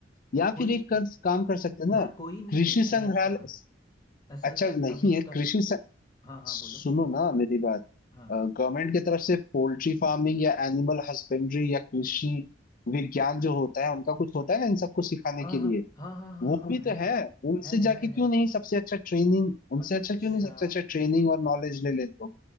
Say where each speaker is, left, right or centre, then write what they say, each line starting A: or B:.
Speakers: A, on the left; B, on the left.
A: या
B: कोई
A: फिर एक कर, काम कर सकते हैं
B: यार
A: ना
B: कोई नहीं
A: कृषि
B: है यार
A: संग्रहालय
B: ऐसा ऐसा
A: अच्छा
B: मैं
A: नहीं
B: तभी
A: है
B: तक
A: कृषि स-
B: हाँ हाँ
A: सुनो
B: बोलो
A: ना मेरी बात
B: हाँ
A: गवर्नमेंट की तरफ से पोल्ट्री फार्मिंग या एनिमल हस्बेंड्री या कृषि विज्ञान जो होता है उनका कुछ होता है ना इन सबको सिखाने
B: हाँ
A: के
B: हाँ
A: लिए
B: हाँ हाँ हाँ
A: वो
B: हाँ
A: भी
B: है
A: तो है उनसे
B: है
A: जाके
B: है
A: क्यों
B: है
A: नहीं सबसे अच्छा ट्रेनिंग उनसे
B: अच्छा
A: अच्छा क्यों नहीं सबसे अच्छा ट्रेनिंग और नॉलेज ले लेते हो